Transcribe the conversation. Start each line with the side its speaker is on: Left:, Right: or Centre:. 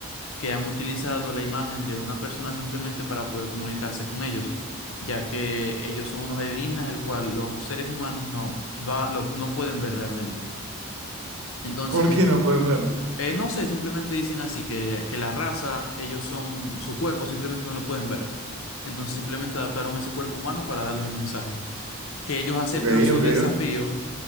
Left: que han utilizado la imagen de una persona simplemente para poder comunicarse con ellos, ya que ellos son unos alienígenas, el cual los seres humanos no, va, lo- no pueden ver realmente. Entonces,
Right: ¿Por qué no pueden ver?
Left: eh, no sé, simplemente dicen así, que, que la raza, ellos son su cuerpo, simplemente no lo pueden ver. Entonces simplemente adaptaron ese cuerpo humano para darles el mensaje, que ellos aceptan
Right: Ok,
Left: su
Right: ok.
Left: desafío